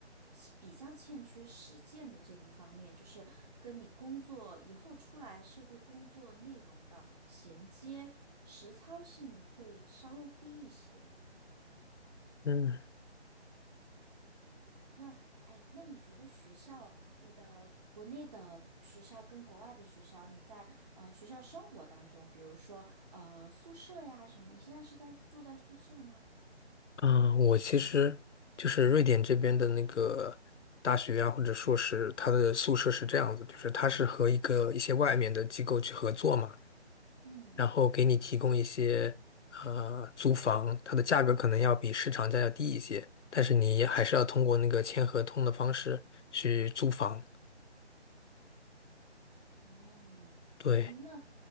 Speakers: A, on the right; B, on the left.
A: 其比较欠缺实践的这一方面，就是跟你工作以后出来社会工作内容的衔接，实操性会稍微低一些。
B: 嗯。
A: 那哎，那你觉得学校，你的国内的学校跟国外的学校，你在呃学校生活当中，比如说呃宿舍呀什么，你现在是在住在宿舍吗？
B: 嗯，我其实就是瑞典这边的那个大学啊，或者硕士，它的宿舍是这样子，就是它是和一个一些外面的机构去合作嘛，
A: 嗯，
B: 然后给你提供一些呃租房，它的价格可能要比市场价要低一些，但是你还是要通过那个签合同的方式去租房。
A: 哦，
B: 对，
A: 哎，那